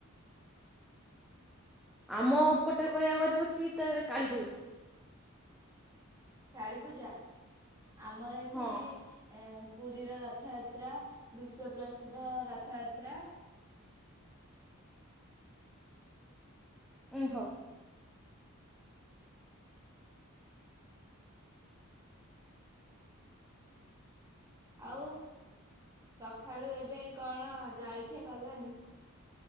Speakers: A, in the centre; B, on the right (about 15°).
A: ଆମ ପଟେ କହିବାକୁ ଗଲେ ହଉଛି ତାର କାଳୀ ପୂଜା।
B: କାଳୀ ପୂଜା। ଆମର ଏଠି
A: ହଁ
B: ଏ। ପୁରୀର ରଥଯାତ୍ରା ବିଶ୍ଵ ପ୍ରସିଦ୍ଧ ରଥଯାତ୍ରା।
A: ଉଁ ହଉ।
B: ଆଉ ସକାଳୁ ଏବେ କଣ ଜାଳିଖିଆ କଲାଣି।